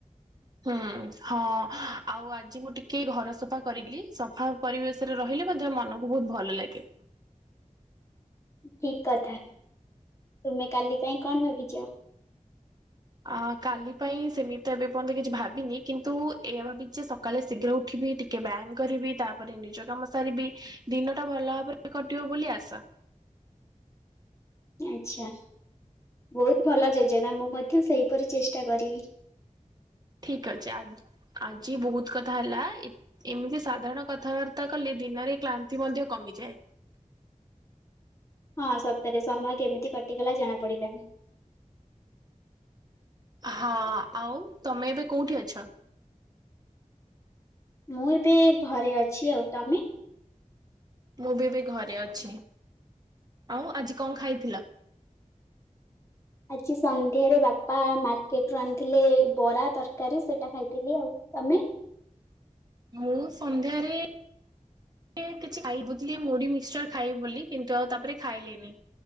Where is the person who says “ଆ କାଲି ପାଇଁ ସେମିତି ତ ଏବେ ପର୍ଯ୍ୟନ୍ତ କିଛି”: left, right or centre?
Right